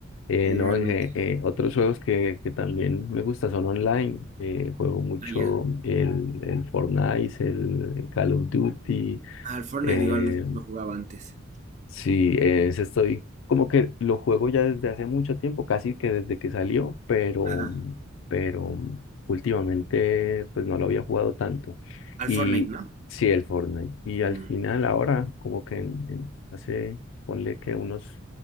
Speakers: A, on the left; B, on the right.
A: Eh,
B: eh,
A: no,
B: realmente.
A: eh, eh, otros juegos que, que también me gusta son online. Eh, juego mucho
B: Ah, ya.
A: el, el Fortnite, el Call of Duty.
B: Ah, al Fortnite
A: eh,
B: igual lo, lo jugaba antes.
A: Sí, ese estoy como que lo juego ya desde hace mucho tiempo, casi que desde que salió, pero,
B: Ajá,
A: pero últimamente pues no lo había jugado tanto.
B: al
A: Y
B: Fortnite, ¿no?
A: sí, el Fortnite. Y
B: Mm,
A: al final ahora, como que en- en- hace, ponle que unos